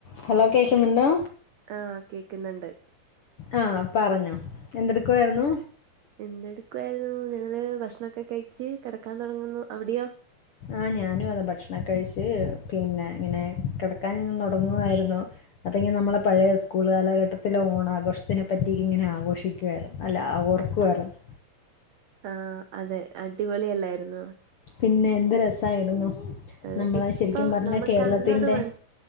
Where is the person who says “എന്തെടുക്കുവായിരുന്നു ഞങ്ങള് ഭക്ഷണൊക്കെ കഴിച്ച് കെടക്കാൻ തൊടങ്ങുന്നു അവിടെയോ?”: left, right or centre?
Right